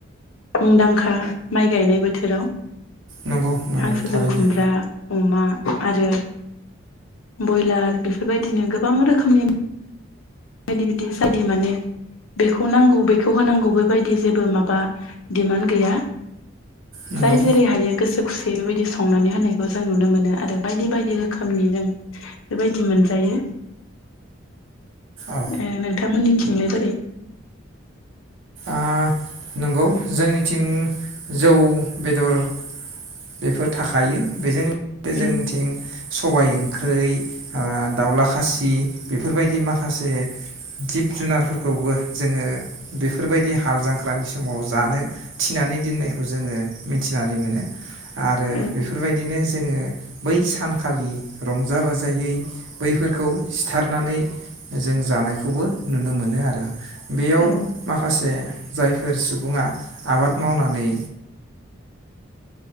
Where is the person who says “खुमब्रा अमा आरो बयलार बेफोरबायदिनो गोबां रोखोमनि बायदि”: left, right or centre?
Left